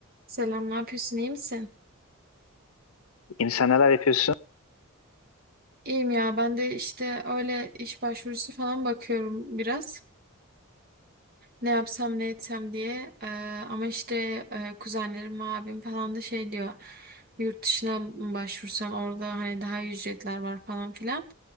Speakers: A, on the right (about 45°); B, on the left (about 75°).
A: Selam, ne yapıyorsun? iyi misin?
B: Yeni sen neler yapıyorsun?
A: İyiyim ya. Ben de işte öyle iş başvurusu falan bakıyorum biraz. ne yapsam ne etsem diye. Ee, ama işte e, kuzenlerim, abim falan da şey diyor. Yurt dışına mı başvursan orada hani daha iyi ücretler var falan filan.